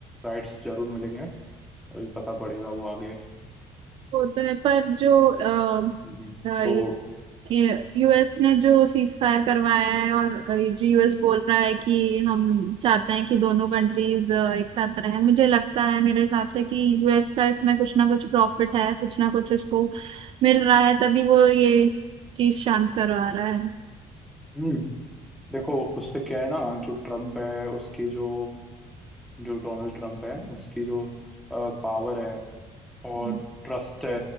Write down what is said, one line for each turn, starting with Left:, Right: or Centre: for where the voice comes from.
Centre: राइट्स जरूर मिलेंगे अभी पता पड़ेगा वो आगे
Right: वो तो है पर जो अ,
Centre: हम्म,
Right: अ,
Centre: तो
Right: ये यूएस ने जो सीज फायर करवाया है और अ, ये जो यूएस बोल रहा है कि हम चाहते हैं कि दोनों कंट्रीज एक साथ रहें मुझे लगता है मेरे हिसाब से कि यूएस का इसमें कुछ ना कुछ प्रॉफिट है कुछ ना कुछ उसको मिल रहा है तभी वो ये चीज शांत करवा रहा है
Centre: हम्म, देखो उससे क्या है ना जो ट्रम्प है उसकी जो जो डोनाल्ड ट्रम्प है उसकी जो पावर है और
Right: हम्म,
Centre: ट्रस्ट है